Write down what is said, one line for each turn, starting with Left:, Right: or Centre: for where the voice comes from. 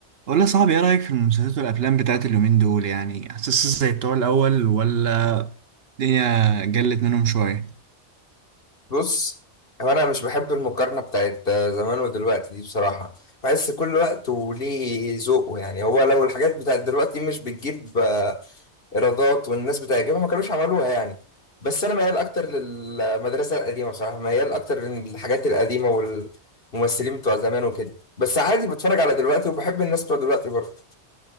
Right: والله يا صاحبي ايه رأيك في المسلسلات والافلام بتاعت اليومين دول يعني حاسس زي بتوع الاول ولا الدنيا جلت منهم شوية
Left: بص هو انا مش بحب المقارنه بتاعت زمان ودلوقتي دي بصراحه بحس كل وقت وليه ذوقه يعني هو لو الحاجات بتاعت دلوقتي مش بتجيب آه، ايرادات والناس بتعجبها ما كانوش عملوها يعني بس انا ميال اكتر للمدرسه القديمه بصراحه ميال اكتر للحاجات القديمه والممثلين بتوع زمان وكده بس عادي بتفرج على دلوقتي وبحب الناس بتوع دلوقتي برضه